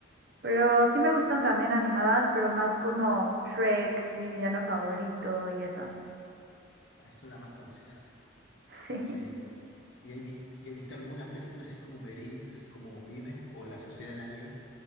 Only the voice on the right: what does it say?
Pero sí me gustan también animadas, pero más como Shrek, mi villano favorito y esas.
<laughs>
Sí.